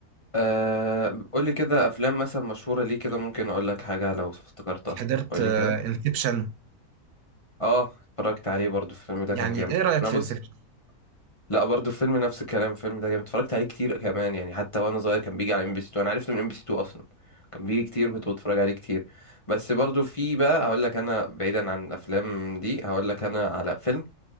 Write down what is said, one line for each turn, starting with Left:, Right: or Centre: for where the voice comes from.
Left: أه قولي كده افلام مثلا مشهوره ليه كده ممكن اقول لك حاجه لو افتكرتها
Right: حضرت
Left: قولي كده
Right: انسبشن
Left: اه اتفرجت عليه برضو الفيلم ده
Right: يعني
Left: كان جامد
Right: ايه رايك
Left: انا
Right: في
Left: بص
Right: انسبشن
Left: لا برضو الفيلم نفس الكلام الفيلم ده جامد اتفرجت عليه كتير كمان يعني حتى وانا صغير كان بيجي على ام بي سي 2 انا عرفته من ام بي سي 2 اصلا كان بيجي كتير وكنت بتفرج عليه كتير بس برضو في بقى هقول لك انا بعيدا عن الافلام دي هقول لك انا على فيلم